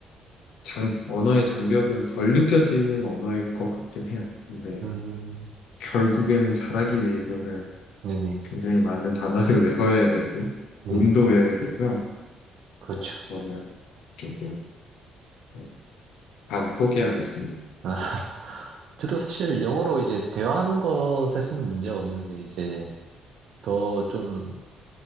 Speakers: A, on the left (about 85°); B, on the right (about 70°).
A: 장, 언어의 장벽은 덜 느껴지는 언어일 것 같긴 해요. 근데
B: 음,
A: 결국에는 잘하기 위해서는
B: 네네.
A: 굉장히 많은 단어를 <laughs> 외워야 되고,
B: 네네.
A: 음도 외워야 되고요.
B: 그렇죠.
A: 어, 저는 조금 이제 반 포기하고 있습니다.
B: 아, <laughs> 저도 사실 영어로 이제 대화하는 것에 쓰는 문제가 없는데, 이제 더 좀,